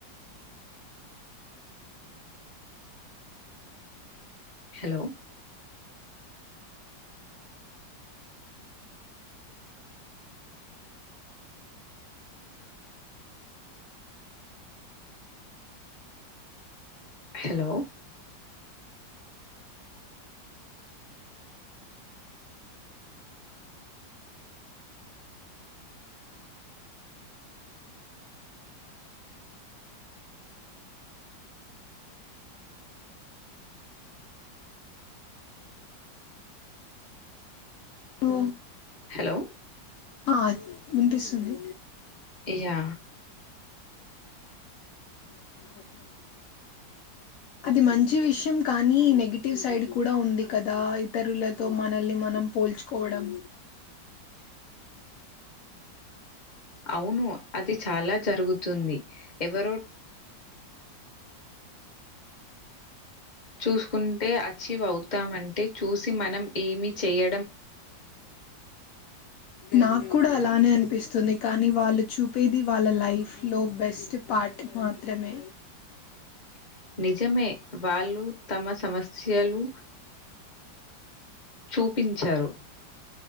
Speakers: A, on the left; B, on the left.
A: హలో హలో
B: ఓ
A: హలో
B: ఆ వినిపిస్తుంది
A: ఇయా
B: <inaudible>
A: <inaudible>
B: అది మంచి విషయం కానీ నెగిటివ్ సైడ్ కూడా ఉంది కదా ఇతరులతో మనల్ని మనం పోల్చుకోవడం
A: అవును అది చాలా జరుగుతుంది ఎవరో చూసుకుంటే అచీవ్ అవుతాం అంటే చూసి మనం ఏమి చేయ
B: నాకు కూడా అలానే అనిపిస్ స్తుంది కానీ వాళ్ళు చూపేది వాళ్ళ లైఫ్లో బెస్ట్ పార్ట్ మాత్రమే
A: <inaudible> నిజమే వాళ్ళు తమ సమస్యలు చూపించారు